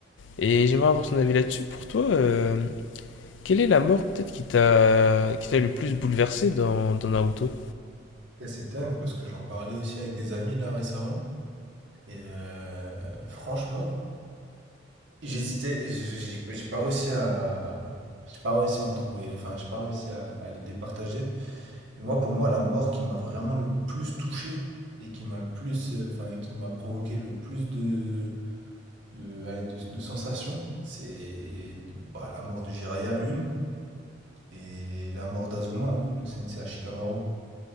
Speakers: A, on the left (about 80°); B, on the right (about 85°).
A: et j'aimerais avoir ton avis là-dessus. Pour toi, euh, quelle est la mort, peut-être, qui t'a, qui t'a le plus bouleversé dans, dans Naruto?
B: Putain, C'est dingue parce que j'en parlais aussi avec des amis là récemment. Et euh, franchement, j'hésitais. J'ai j'ai- j'ai pas réussi à. J'ai pas réussi à en trouver. Enfin, j'ai pas réussi à, à les départager. Et moi, pour moi, la mort qui m'a vraiment le plus touché et qui m'a le plus, euh, enfin, qui m'a provoqué le plus de, de, ouais, de- de sensations, c'est bah, la mort de Jiraiya, une, et la mort d'Azuma, hein, le sensei Ashikamaru.